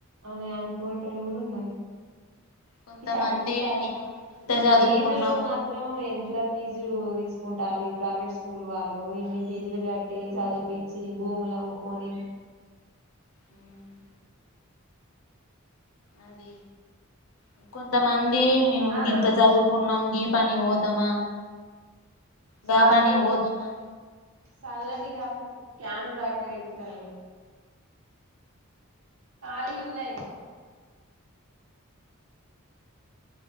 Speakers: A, on the right; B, on the left.
A: అనే అనుకునేటోళ్ళు గుడా ఉన్నారు.
B: కొంతమంది
A: ఈ చదువులు స
B: అయ్యో మేము ఇంత చదువుకున్నాం
A: ఫీజులు మాత్రం ఎంట్లక్ ఫీజులు తీసుకుంటారు ఈ ప్రైవేట్ స్కూల్ వాళ్ళు ఇన్ని ఫీజులు కట్టి చదివిపిచ్చి భూములు కబుకుని
B: ఉమ్ అది కొ కొంతమంది మేము
A: ఆ
B: ఇంత చదువుకున్నాం గీ పనిగి పోతామా గా
A: సాలు
B: పనికి పోతామా
A: సాలటియ అసలు క్యాను బయట వెట్టి రార్రి కాలి ఉన్నాయి.